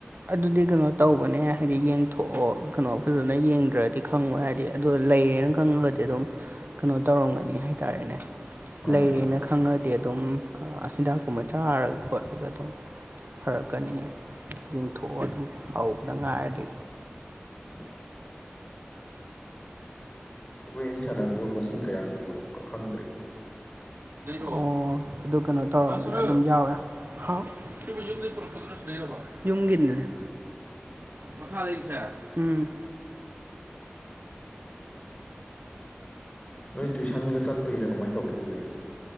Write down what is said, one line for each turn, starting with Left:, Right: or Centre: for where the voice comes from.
Right: ꯑꯗꯨꯗꯤ ꯀꯩꯅꯣ ꯇꯧꯕꯅꯦ ꯍꯥꯏꯗꯤ ꯌꯦꯡꯊꯣꯛꯑꯣ ꯀꯩꯅꯣ ꯐꯖꯅ ꯌꯦꯡꯗ꯭ꯔꯗꯤ ꯈꯪꯕ꯭ꯔꯥ ꯍꯥꯏꯗꯤ ꯑꯗꯣ ꯂꯩꯌꯦꯅ ꯈꯪꯉꯒꯗꯤ ꯑꯗꯨꯝ ꯀꯩꯅꯣ ꯇꯧꯔꯝꯒꯅꯤ ꯍꯥꯏꯇꯥꯔꯦꯅꯦ
Left: ꯃꯥꯅꯦ
Right: ꯂꯩꯌꯦꯅ
Left: ꯃꯥꯅꯦ
Right: ꯈꯪꯉꯗꯤ ꯑꯗꯨꯝ ꯑꯥ ꯍꯤꯗꯥꯛꯀꯨꯝꯕ ꯆꯥꯔꯒ ꯈꯣꯠꯂꯒ ꯑꯗꯨꯝ ꯐꯔꯛꯀꯅꯤꯌꯦ ꯌꯦꯡꯊꯣꯛꯑꯣ ꯑꯗꯨꯝ ꯍꯧꯕꯗ ꯉꯥꯏꯔꯗꯤ
Left: ꯃꯥꯅꯦ ꯃꯥꯅꯦ ꯑꯩꯈꯣꯏ ꯑꯅꯤ ꯁꯥꯟꯅꯕꯗꯣ ꯃꯁꯤꯡ ꯀꯌꯥꯝ ꯁꯨꯔꯁꯨꯀꯣ ꯈꯪꯗꯦ
Right: ꯑꯣ ꯑꯗꯨ ꯀꯩꯅꯣ ꯇꯧꯔꯁꯨ ꯑꯗꯨꯝ ꯌꯥꯎꯔꯦ ꯍꯥ <unintelligible> ꯌꯨꯝꯒꯤꯅꯦ ꯑꯦ ꯃꯈꯥ ꯂꯩꯁꯦ ꯎꯝ
Left: ꯅꯣꯏ ꯇꯨꯏꯁꯟꯒ ꯆꯠꯄꯩꯔ ꯀꯃꯥꯏ ꯇꯧꯏ ꯑꯗꯨ ꯂꯩꯕ